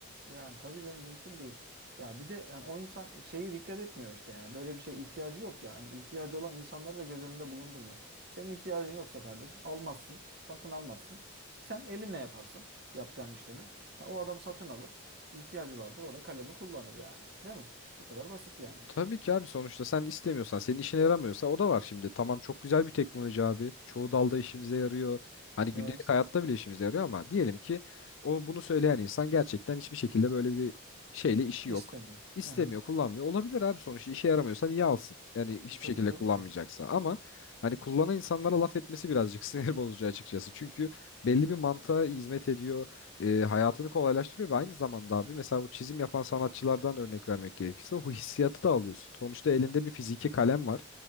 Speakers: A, on the right (about 50°); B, on the left (about 60°).
A: Yani tabii canım mümkün değil. Ya bir de yani o insan şeyi dikkat etmiyor işte yani böyle bir şeye ihtiyacı yok ya. Yani ihtiyacı olan insanları da göz önünde bulundurmuyor. Senin ihtiyacın yoksa kardeşim almazsın, satın almazsın. Sen elinle yaparsın yapacağın işlemi. Ha, o adam satın alır. ihtiyacı vardır o da kalemi kullanır yani. Değil mi? Bu kadar basit yani.
B: Tabii ki abi sonuçta sen istemiyorsan, senin işine yaramıyorsa o da var şimdi. Tamam çok güzel bir teknoloji abi. Çoğu dalda işimize yarıyor. Hani
A: Evet.
B: gündelik hayatta bile işimize yarıyor ama diyelim ki o bunu söyleyen insan gerçekten hiçbir şekilde böyle bir şeyle işi
A: İstemiyor.
B: yok. İstemiyor,
A: Hı hı.
B: kullanmıyor. Olabilir abi sonuçta işe yaramıyorsa niye alsın? Yani hiçbir
A: Tabii
B: şekilde
A: tabii
B: kullanmayacaksa.
A: ki.
B: Ama hani kullanan insanlara laf etmesi birazcık <laughs> sinir bozucu açıkçası. Çünkü belli bir mantığa hizmet ediyor. e, hayatını kolaylaştırıyor ve aynı zamanda abi mesela bu çizim yapan sanatçılardan örnek vermek gerekirse o hissiyatı da alıyorsun. Sonuçta elinde bir fiziki kalem var.